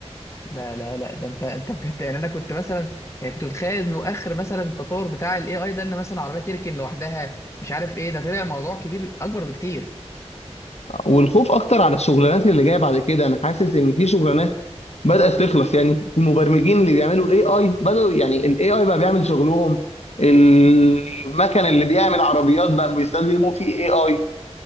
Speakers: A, on the left; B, on the left.
A: لا لا لا ده انت انت بجد يعني انا كنت مثلا يعني كنت متخيل انه اخر مثلا التطور بتاع الاي اي ده اللي مثلا عربيه تركن لوحدها مش عارف ايه ده طلع موضوع كبير اكبر بكتير
B: والخوف اكتر على الشغلانات اللي جايه بعد كده انا حاسس ان في شغلانات بدات تخلص يعني المبرمجين اللي بيعملوا الاي اي بداوا يعني الاي اي بقى بيعمل شغلهم المكن اللي بيعمل عربيات بقى بيستخدموا فيه اي اي